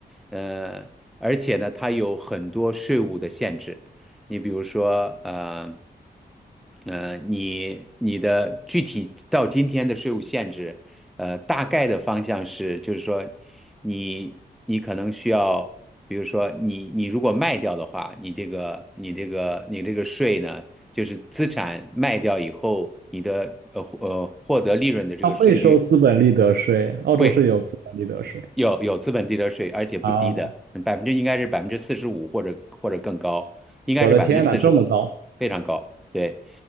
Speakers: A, in the centre; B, on the right.
A: 呃，而且呢，它有很多税务的限制，你比如说，呃。呃，你你的具体到今天的税务限制，呃，大概的方向是，就是说你你可能需要，比如说你你如果卖掉的话，你这个你这个你这个税呢，就是资产卖掉以后，你的呃呃获得利润的这个税率
B: 他会收资本利得税，澳洲是有资本利得税。
A: 会。有有资本利得税，而且不低的，
B: 啊。
A: 百分之应该是百分之四十五或者或者更高，应该是百分之四十五，
B: 我的天呐，这么高！
A: 非常高。对，